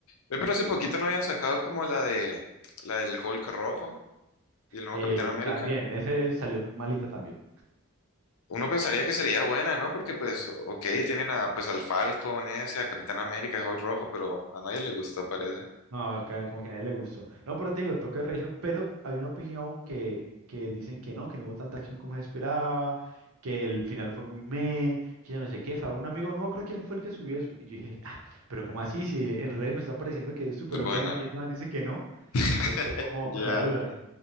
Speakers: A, on the left (about 75°); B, on the right (about 70°).
A: Ve, Pero hace poquito no habían sacado como la de la del Hulk rojo. y el nuevo
B: Eh,
A: Capitán América.
B: también, ese salió malita también.
A: Uno pensaría que sería buena, ¿no? Porque pues, ok, tienen a, pues al Falcon ese, a Capitán América, Hulk Rojo, pero a nadie le gustó, parece.
B: No, ca- como que a nadie le gustó. No, pero te digo, toca revisar, pero hay una opinión que, que dicen que no, que no hubo tanta acción como se esperaba, que el final fue muy meh, que yo no sé qué, fue un amigo, no creo quién fue el que subió eso. Y yo dije, <laughs> ah, pero cómo así? Si en redes me está pareciendo que es súper
A: Es buena.
B: buena y esta man dice que no,
A: <laughs>
B: entonces estoy como
A: Ya.
B: con la duda.